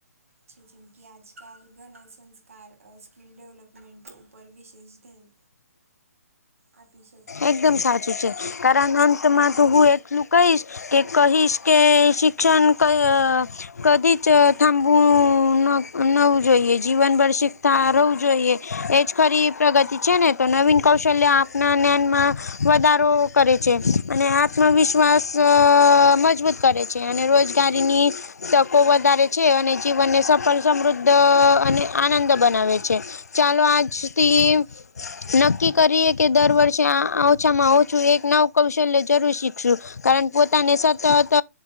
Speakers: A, on the right (about 55°); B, on the left (about 70°).
A: છે જેમ કે આજકાલ ઘણા સંસ્કાર, અ સ્કિલ ડેવલોપમેન્ટ ઉપર વિશેષ ધ્યાન આપી શક
B: એકદમ સાચું છે. કારણ અંતમાં તો હું એટલું કહીશ કે કહીશ કે શિક્ષણ કય કદી જ થાંભવું નવુ જોઈએ. જીવન ભર શીખતા રહેવું જોઈએ. એજ ખરી પ્રગતિ છે ને તો નવીન કૌશલ્ય આપના ને માં વધારો કરે છે. અને આત્મવિશ્વાસ મજબૂત કરે છે અને રોજગારીની તકો વધારે છે. અને જીવનને સફળ, સમૃદ્ધ અને આનંદ બનાવે છે. ચાલો આજથી
A: આને
B: નક્કી કરીએ કે દર વર્ આ ઓછામાં ઓછું એક નવુ કૌશલ્ય જરૂર શીખશું. કારણ પોતાને સતત